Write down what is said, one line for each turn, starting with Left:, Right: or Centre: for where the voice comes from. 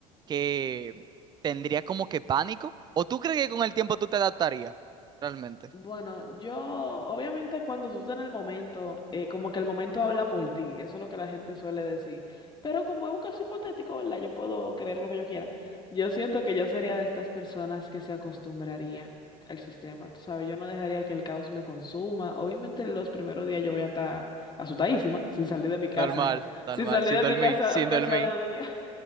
Right: que tendría como que pánico? ¿O tú crees que con el tiempo tú te adaptarías? Realmente.
Left: Bueno, yo, obviamente cuando tú estás en el momento, eh, como que el momento habla por ti, eso es lo que la gente suele decir, pero como es un caso hipotético, ¿verdad? Yo puedo creer lo que yo quiera. Yo siento que yo sería de estas personas que se acostumbraría al sistema, tú sabes, yo no dejaría que el caos me consuma. Obviamente los primeros días yo voy a estar asustadísima, sin salir de mi casa,
Right: Normal, normal,
Left: sin salir
Right: sin
Left: de
Right: dormir,
Left: mi casa,
Right: sin
Left: aunque
Right: dormir,
Left: sea dos días.